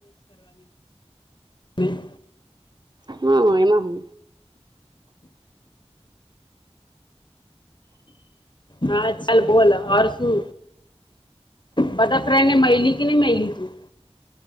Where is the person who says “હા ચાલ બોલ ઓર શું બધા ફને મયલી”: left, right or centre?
Left